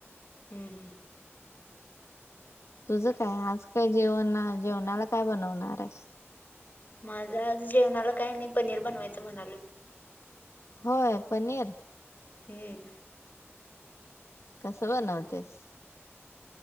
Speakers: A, on the left; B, on the left.
A: हम्म हम्म.
B: तुझं काय? आज काय जेवणा जेवणाला काय बनवणारेस?
A: माझं आज जेवणाला काय नाही पनीर बनवायचं म्हणालो.
B: होय पनीर?
A: हम्म.
B: कसं बनवतेस?